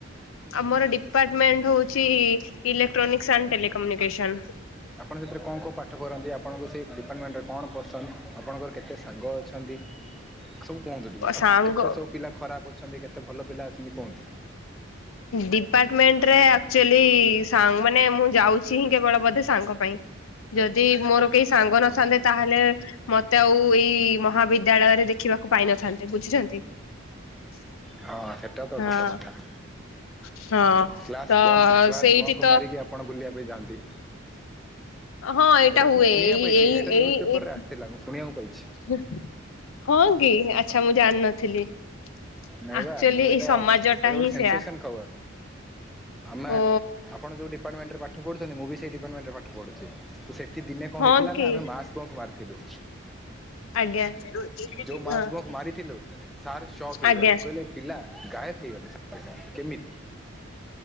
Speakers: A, on the left (about 75°); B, in the centre.
A: ଆମର ଡିପାର୍ଟମେଣ୍ଟ ହଉଛି ଇଲେକ୍ଟ୍ରୋନିକ୍ସ ଆଣ୍ଡ ଟେଲିକମୁନିକେସନ।
B: ଆପଣ ସେଥିରେ କଣ କଉଁ ପାଠ କରନ୍ତି ଆପଣଙ୍କୁ ସେଇ ଡିପାର୍ଟମେଣ୍ଟରେ କଣ ପସନ୍ଦ ଆପଣଙ୍କର କେତେ ସାଙ୍ଗ ଅଛ ନ୍ତି ସବୁ କୁହନ୍ତୁ ଟିକେ? ଆଉ
A: ସାଙ୍ଗ
B: କେତେ ସବୁ ପିଲା ଖରାପ ଅଛନ୍ତି କେତେ ଭଲ ପିଲା ଅଛନ୍ତି କୁହନ୍ତୁ?
A: ଡିପାର୍ଟମେଣ୍ଟରେ ଆକ୍ଚୁ ଆଲି ସାନ୍ ମାନେ ମୁଁ ଯାଉଛି ହିଁ କେବଳ ବୋଧେ ସାଙ୍ଗ ପାଇଁ। ଯଦି ମୋର କେହି ସାଙ୍ଗ ନଥାନ୍ତେ ତାହେଲେ ମତେ ଆଉ ଏଇ ମହାବିଦ୍ୟାଳୟରେ ଦେଖିବାକୁ ପାଇନଥାନ୍ତେ ବୁଝିଛନ୍ତି। <inaudible>
B: ହଁ ସେଟା ତ
A: ହଁ
B: ସତ କଥା।
A: ହଁ।
B: କ୍ଲାସ
A: ତ
B: ବଙ୍କ କ୍ଲାସ
A: ସେଇଠି
B: ବଙ୍କ
A: ତ
B: ମାରିକି ଆପଣ ବୁଲିବା ପାଇଁ ଯାଆନ୍ତି।
A: ହଁ ଏଇଟା
B: ଏଟାକୁ
A: ହୁଏ
B: ମୁଁ
A: ଏଇ
B: ଶୁଣିବାକୁ ପାଇଛି ଏଇଟା ନ୍ୟୁଜ
A: ଏଇ
B: ପେପରରେ
A: ଏଇ ଏଇ
B: ଆସିଥିଲା ମୁଁ ଶୁଣିବାକୁ ପାଇଛି।
A: ହଁ କି ଆଚ୍ଛା ମୁଁ ଜାଣିନଥିଲି।
B: ନାଇଁବା
A: ଆକ୍ଚୁଆଲି
B: ମୁଁ ଏଇଟା
A: ଏଇ ସମାଜ
B: ଏଟା
A: ଟା
B: ଗୋଟେ
A: ହିଁ
B: ସେନସେସନ
A: ସେୟା
B: ଖବର। ଆମେ
A: ଓ
B: ଆପଣ ଯୋଉ ଡିପାର୍ଟମେଣ୍ଟରେ ପାଠ ଟ ପଢୁଛନ୍ତି ମୁଁ ବି ସେଇ ଡିପାର୍ଟମେଣ୍ଟରେ ପାଠ ପଢୁଛି। ତ ସେଠି ଦିନେ କଣ
A: ହଁ
B: ହେଇଥିଲା
A: କି
B: ନା ଆମେ ମା ପଙ୍କ ମାରିଥିଲୁ।
A: ଆଜ୍ଞା
B: ଯୋଉ ମାସ
A: ହଁ
B: ବଙ୍କ ମାରିଥିଲୁ ସାର ସକ ହେଇଗଲେ
A: ଆଜ୍ଞା।
B: କହିଲେ ପିଲା ଗାୟବ ହେଇଗଲେ ସାଙ୍ଗେ କେମିତି?